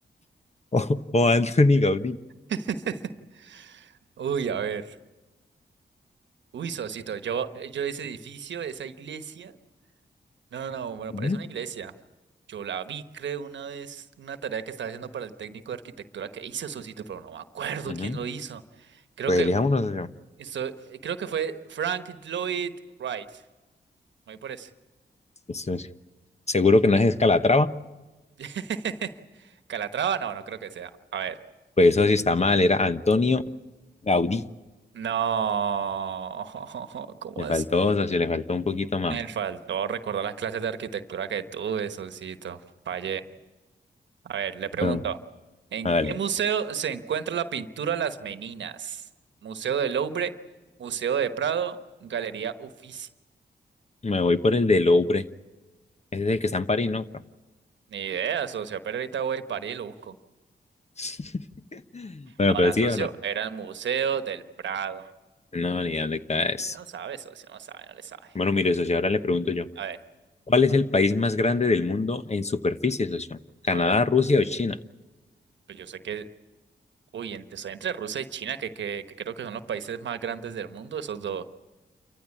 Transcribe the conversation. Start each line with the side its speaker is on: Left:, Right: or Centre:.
Left: <laughs> o, o Anthony Gaudí.
Right: <laughs> Uy, a ver. Uy, Sosito, yo, eh, yo ese edificio, esa iglesia. No, no, no, bueno,
Left: Ujú,
Right: parece una iglesia. Yo la vi, creo, una vez, una tarea que estaba haciendo para el técnico de arquitectura que hizo Sosito, pero no me acuerdo
Left: ujú.
Right: quién lo hizo. Creo
Left: Pues
Right: que,
Left: elijamos uno, socio.
Right: esto- eh, creo que fue Frank Lloyd Wright. Me voy por ese.
Left: Eso Seguro que no es Escalatrava,
Right: <laughs> Calatrava, no, no creo que sea. A ver.
Left: pues eso sí está mal, era Antonio Gaudí.
Right: No. <laughs> ¿Cómo
Left: Le
Right: es?
Left: faltó, socio, le faltó un poquito más.
Right: Me faltó recordar las clases de arquitectura que tuve, Sosito. Fallé. A ver, le pregunto,
Left: Bueno,
Right: ¿en
Left: vale.
Right: qué museo se encuentra la pintura Las Meninas? ¿Museo del Louvre? ¿Museo de Prado? ¿Galería Uffizi?
Left: Me voy por el de Louvre. Ese es el que está en París, ¿no?
Right: Ni idea, socio, pero ahorita voy a París y lo busco.
Left: <laughs> Bueno,
Right: No,
Left: pero
Right: la
Left: sí
Right: socio,
Left: o no.
Right: era el Museo del Prado.
Left: No, ni dónde caes.
Right: No sabe, socio, no sabe, no le sabe.
Left: Bueno, mire, socio, ahora le pregunto yo.
Right: A ver,
Left: ¿Cuál es el país más grande del mundo en superficie, socio? ¿Canadá,
Right: a ver,
Left: Rusia o China?
Right: pues yo sé que, uy, entre, soy entre Rusia y China, que, que, que creo que son los países más grandes del mundo, esos dos.